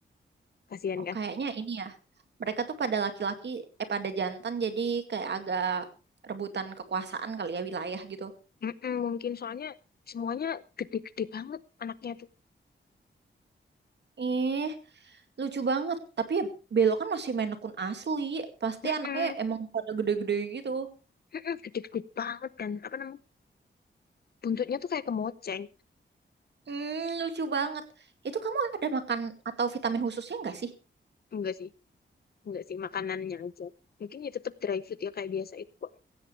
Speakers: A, on the left; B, on the right.
A: Kasihan
B: oh
A: kan?
B: kayaknya ini ya. Mereka tuh pada laki-laki, eh pada jantan jadi kayak agak rebutan kekuasaan kali ya wilayah gitu.
A: Mm-mm, mungkin soalnya semuanya gede-gede banget anaknya tuh.
B: Eh, lucu banget. Tapi ya Belo kan masih main akun asli. Pasti
A: Mm-mm,
B: anaknya emang pada gede-gede gitu.
A: mm-mm, gede-gede banget dan apa namanya buntutnya tuh kayak kemoceng.
B: Hmm, lucu banget. Itu kamu ada makan atau vitamin khususnya nggak sih?
A: Enggak sih, enggak sih makanannya aja. Mungkin ya tetap dry food ya kayak biasa itu kok.